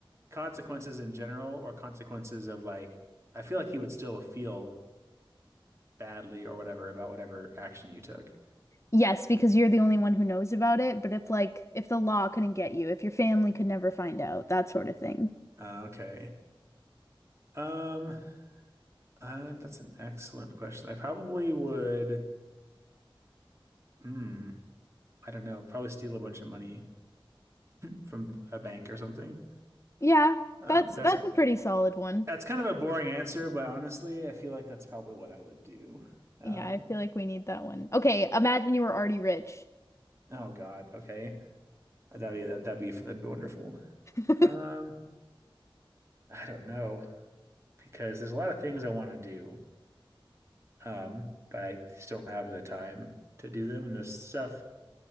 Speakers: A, on the right; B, on the left.
A: consequences in general or consequences of like I feel like you would still feel badly or whatever about whatever action you took.
B: Yes, because you're the only one who knows about it, but if like if the law couldn't get you, if your family could never find out, that sort of thing.
A: Uh, okay. Um, uh, that's an excellent question. I probably would. Hmm. I don't know. Probably steal a bunch of money from a bank or something.
B: Yeah,
A: Um,
B: that's
A: that's
B: that's a pretty solid one.
A: that's kind of a boring answer, but honestly, I feel like that's probably what I would do. Um,
B: Yeah, I feel like we need that one. Okay, imagine you were already rich.
A: oh God, okay, that'd be that'd be that'd be wonderful.
B: <laughs>
A: Um, I don't know because there's a lot of things I want to do, um, but I just don't have the time to do them. And there's stuff,